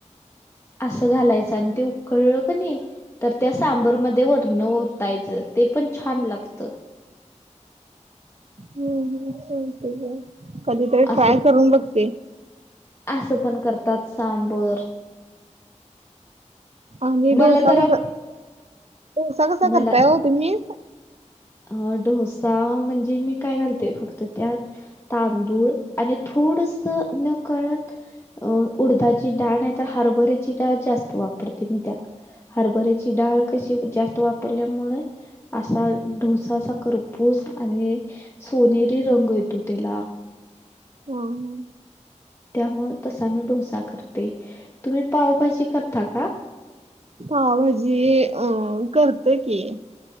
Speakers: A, on the left; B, on the right.
A: असं घालायचं, आणि ते उकळलं क नाही. तर त्या सांबरमध्ये वर्ण ओतायचं ते पण छान लागतं.
B: ह कधीतरी
A: असं
B: ट्राय करून बघते.
A: असं पण करतात सांबर
B: आणि डोसा
A: मला जरा
B: कसा, डोसा कसा
A: मला
B: करताय हो तुम्ही?
A: अ डोसा म्हणजे मी काय घालते फक्त त्यात तांदूळ आणि थोडस न कळत अ उडदाची डाळ नाही तर, हरभऱ्याची डाळ जास्त वापरते मी त्यात. हरबऱ्याची डाळ कशी जास्त वापरल्यामुळे असा भुसासा करपूस आणि सोनेरी रंग येतो, त्याला.
B: ह ह.
A: त्यामुळं तसा मी डोसा करते, तुम्ही पावभाजी करता का?
B: पावभाजी अ करते की.